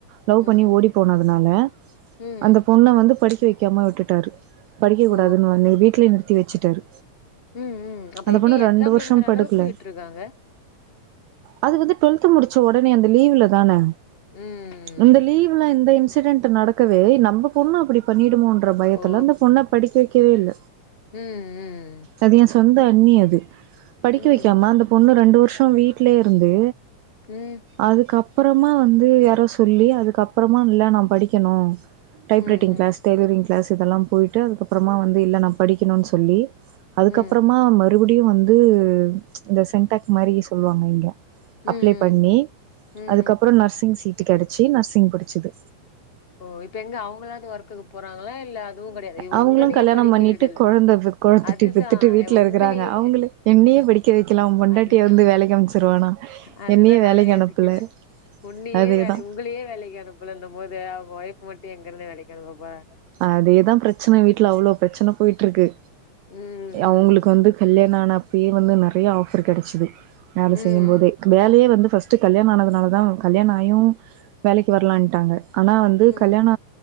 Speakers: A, on the right; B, on the left.
A: லவ்
B: ம்
A: பண்ணி ஓடி போனதுனால
B: ம்
A: அந்த பொண்ணை வந்து படிக்க வைக்காம விட்டுட்டாரு படிக்க
B: ஓ
A: கூடாதுன்னு வ வீட்லயே நிறுத்தி வச்சுட்டாரு
B: ம் ம் அப்ப
A: அந்த
B: எப்டி
A: பொண்ணு
B: எக்ஸாம்
A: ரெண்டு வருஷம்
B: எழுதுற
A: படுக்கல
B: அளவுக்கு விட்ருக்காங்க
A: அது வந்து டு்வெல்த் முடிச்ச உடனே அந்த லீவு்ல தான
B: ம்
A: இந்த லீவ்ல இந்த இன்சிடென்ட் நடக்கவே நம்ம பொண்ணு அப்படி பண்ணிடுமோ ருர பயத்துல
B: ஓ
A: அந்த பொண்ண படிக்க வைக்கவே இல்ல
B: ம் ம்
A: அது என் சொந்த அண்ணி அது படிக்க
B: ம்
A: வைக்காம அந்த பொண்ணு ரெண்டு வருஷம் வீட்லயே இருந்து
B: ம்
A: அதுக்கப் அப்புறமா வந்து யாரோ சொல்லி அதுக்கப்புறமா இல்ல நா படிக்கணு டைப்ரைட்டிங்
B: ம் ம்
A: கிளாஸ் டய்லரிங் கிளாஸ் இதெல்ல போய்ட்டு அதுக்கப்புற வந்து இல்ல நா படிக்கணும்னு சொல்லி அதுக்கப்புறமா
B: ம்.
A: மறுபடியும் வந்து இந்த சென்டக் மாரி சொல்லுவாங்க இங்க
B: ம், ம்.
A: அப்ளே பண்ணி
B: ம்,
A: அதுக்கப்றோ
B: ம்.
A: நர்சிங் சீட்டு கெடச்சி நர்சிங் படிச்சது
B: ஓ இப்ப எங்க அவங்களாவது ஒர்க்குக்கு போறாங்களா இல்ல அதுவு கெடையாது இவ
A: அவங்களு
B: உங்களையே
A: கல்யாணம்
B: படிக்க
A: பண்ணிட்டு
B: விடல்ல
A: கொழந்த கொழத்துட்டி
B: அதுதா
A: பெத்துட்டு வீட்ல
B: உங்களேயே
A: இருக்கறாங்க
B: <unintelligible>
A: அவங்களே என்னையே படிக்க வைக்கலா உ பொண்டாட்டிய
B: அதுதா
A: வந்து வேலைக்கு அனுப்ச்சிருவானா
B: அதுதா
A: என்னையே
B: நானு
A: வேலைக்கு
B: யோசிக்கிறே
A: அனுப்பல
B: உன்னையே
A: அதேதா
B: <unintelligible> உங்களே வேலைக்கு அனுப்புலன்னும் போது அவங்க ஒய்ஃப் மட்டு எங்கிருந்து வேலைக்கு அனுப்ப போறங்
A: அதேதா பிரச்சன வீட்ல அவ்ளோ பிரச்சன போயிட்டு இருக்கு
B: ம்,
A: அவங்களுக்கு
B: ம்.
A: வந்து கல்யாண ஆனா அப்பயே வந்து நெறைய ஆஃபர் கெடச்சது வேல
B: ம்.
A: செய்யும்போதே வேலையே வந்து ஃபஸ்டு கல்யாண ஆனதுனால தா கல்யாணம் ஆயும் வேலைக்கு வரலான்டாங்க ஆனா வந்து
B: ம்.
A: கல்யாண